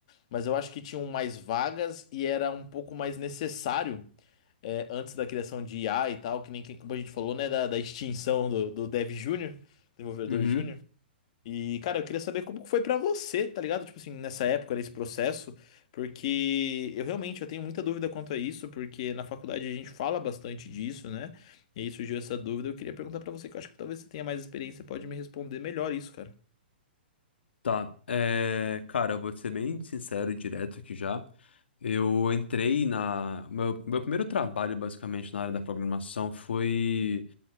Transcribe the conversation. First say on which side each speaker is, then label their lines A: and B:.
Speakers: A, on the left; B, on the left.
A: mas eu acho que tinham mais vagas e era um pouco mais necessário é, antes da criação de IA e tal, que nem que- como a gente falou, né, da, da extinção do, do Dev Júnior, desenvolvedor
B: uhum.
A: júnior. E, cara, eu queria saber como foi pra você, tá ligado? Tipo assim, nessa época, nesse processo, porque eu realmente eu tenho muita dúvida quanto a isso, porque na faculdade a gente fala bastante disso, né? E aí surgiu essa dúvida, eu queria perguntar pra você, que eu acho que talvez você tenha mais experiência, pode me responder melhor isso, cara.
B: Tá, é, cara, eu vou ser bem sincero e direto aqui já. Eu entrei na. Meu, meu primeiro trabalho, basicamente, na área da programação foi